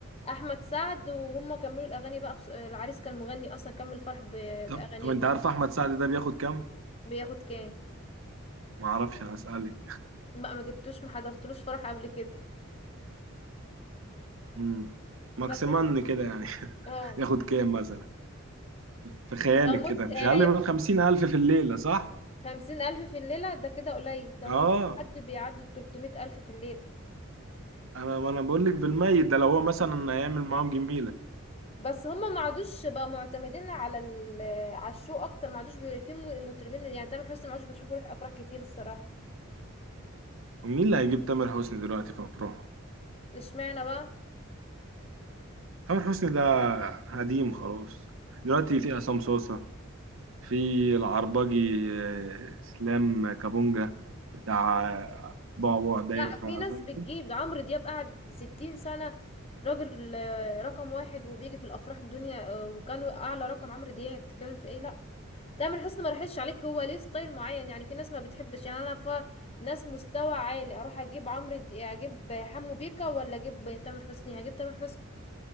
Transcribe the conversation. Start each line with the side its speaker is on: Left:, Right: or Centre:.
Left: احمد سعد وهم كملوا الاغاني بقى بس... العريس كان مغني اصلا كمل الفرح ب...
Right: طب
Left: باغانيه
Right: طب انت عارف احمد سعد ده بياخد كام
Left: بياخد كام
Right: ما اعرفش انا اسالك
Left: لا ما جبتوش ما حضرتلوش فرح قبل كده
Right: امم ماكسيمان
Left: بس
Right: كده يعني <laughs>
Left: اه
Right: ياخد كام مثلا في خيالك
Left: لو مت
Right: كده مش
Left: آه،
Right: اقل
Left: هياخد
Right: من خمسين الف في الليله صح
Left: خمسين ألف في الليلة ده كده قليل ده
Right: اه
Left: هم حد بيعدوا التلتمية ألف في الليلة
Right: انا ما انا بقول لك بالميت ده لو هو مثلا هيعمل معاهم جميله
Left: بس هم ما عادوش بقى معتمدين على ال على الشو أكتر ما عادوش بي- في م- مطربين يعني تامر حسني ما عادش بشوفه يروح أفراح كتير الصراحة
Right: ومين اللي هيجيب تامر حسني دلوقتي في افراح
Left: اشمعنى بقى
Right: تامر حسني ده قديم خلاص دلوقتي في عصام صوصة في العربجي آه، اسلام كابونجا بتاع آه، بعبع داير
Left: لا
Right: في
Left: في
Right: عارف
Left: ناس
Right: انت
Left: بتجيب عمرو دياب قعد ستين سنة راجل آه، رقم واحد وبيجي في الأفراح الدنيا آه، وكان أعلى رقم عمرو دياب بتتكلم في ايه لا تامر حسني ما راحش عليك هو ليه ستايل معين يعني في ناس ما بتحبش يعني انا ف ناس مستوى عالي اروح اجيب عمرو دي... اجيب حمو بيكا ولا اجيب تامر حسني هجيب تامر حسني